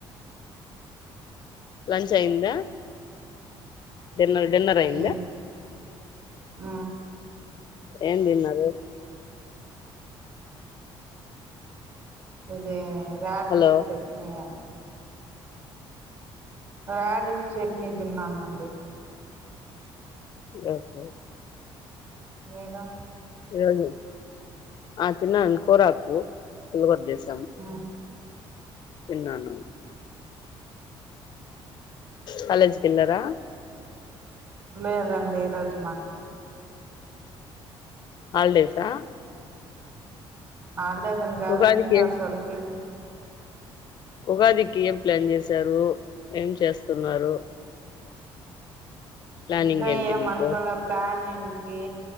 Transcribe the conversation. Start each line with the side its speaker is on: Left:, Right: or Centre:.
Left: లంచ్ అయ్యిందా డిన్నర్ డిన్నర్ అయిందా
Right: ఏంది ఆ
Left: ఏం తిన్నారు
Right: ఇది radish
Left: hello
Right: chutney radish chutney తిన్నానండి
Left: ఒకే ఒకే
Right: మీరు
Left: ఇ రోజు ఆ తిన్నానండి కోరకు పులిహార చేసుకునీ
Right: ఆ
Left: తిన్నాను కాలేజ్ కి వెళ్ళారా
Right: లేదండి ఈరోజు మాకు
Left: హల్డేసా
Right: హాలిడేస్ అని కాదు
Left: ఉగాదికి
Right: సీనియర్స్
Left: ఏం
Right: వాళ్ళకి
Left: ఉగాదికి ఏం ప్లాన్ చేసారు ఏం చేస్తున్నారు ప్లానింగ్
Right: ఇంకా
Left: ఏంటి
Right: ఏం
Left: మీకు
Right: అనుకోల ప్లాన్ ఇంక దీ